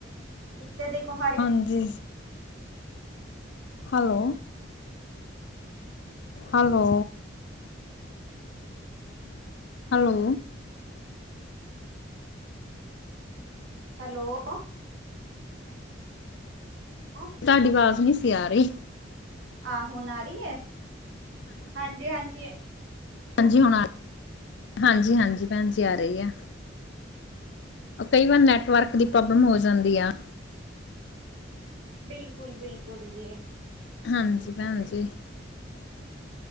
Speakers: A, on the right (about 85°); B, on the left (about 65°).
A: ਇੱਕ ਤੇ ਦੇਖੋ ਹਾਰੀ
B: ਹਾਂਜੀ। ਹੈਲੋ। ਹੈਲੋ। ਹੈਲੋ।
A: ਹੈਲੋ। ਓ
B: ਤਾਡੀ ਆਵਾਜ਼ ਨੀਂ ਸੀ ਆ ਰਈ।
A: ਆਹ ਹੁਣ ਆ ਰੀ ਐ, ਹਾਂਜੀ- ਹਾਂਜੀ।
B: ਹਾਂਜੀ ਹੁਣ ਆ ਰਹੀ, ਹਾਂਜੀ- ਹਾਂਜੀ ਭੈਣਜੀ ਆ ਰੀ ਐ। ਓ ਕਈ ਵਾਰ ਨੈੱਟਵਰਕ
A: ਹੂੰ।
B: ਦੀ ਪ੍ਰੋਬਲਮ ਹੋ ਜਾਂਦੀ ਆ।
A: ਬਿਲਕੁਲ- ਬਿਲਕੁਲ ਜੀ।
B: ਹਾਂਜੀ
A: ਇਹ ਤੇ
B: ਭੈਣਜੀ।
A: ਹੈ ਹੀ ਹੈ।